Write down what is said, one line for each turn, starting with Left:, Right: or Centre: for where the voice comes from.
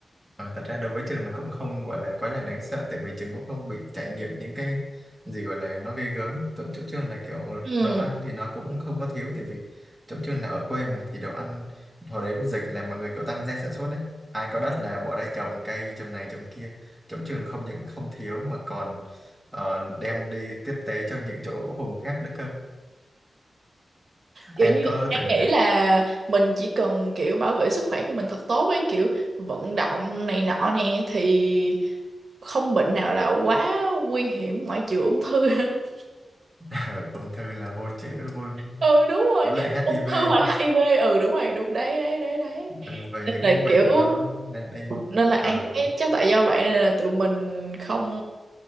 Centre: Ờ, thật ra đối với trường nó cũng không gọi là quá là đáng sợ tại vì trường cũng không bị trải nghiệm những cái gì gọi là nó ghê gớm chỗ, chỗ trường là kiểu
Right: ừ
Centre: đồ ăn thì nó cũng không có thiếu tại vì chỗ trường là ở quê mà thì đồ ăn hồi đấy với dịch là mọi người kiểu tăng gia sản xuất đấy ai có đất là bỏ ra trồng cây trồng này trồng kia chỗ trường không những không thiếu mà còn ờ, đem đi tiếp tế cho những chỗ vùng khác nữa cơ
Right: kiểu
Centre: anh
Right: như
Centre: có
Right: An
Centre: từng
Right: nghĩ
Centre: được
Right: là mình chỉ cần kiểu bảo vệ sức khỏe của mình thật tốt ấy kiểu vận động này nọ nè thì không bệnh nào là quá nguy hiểm ngoại trừ ung thư <laughs>
Centre: <laughs> ung thư là vô chữa vô
Right: ừ đúng rồi
Centre: với lại HIV
Right: ung thư hoặc
Centre: nữa
Right: là HIV ừ đúng rồi đúng đấy đấy đấy đấy
Centre: ừ, về
Right: nên
Centre: những
Right: là
Centre: bệnh
Right: kiểu
Centre: nó nên y
Right: nên là An
Centre: ừ.
Right: thấy chắc tại do vậy nên là tụi mình không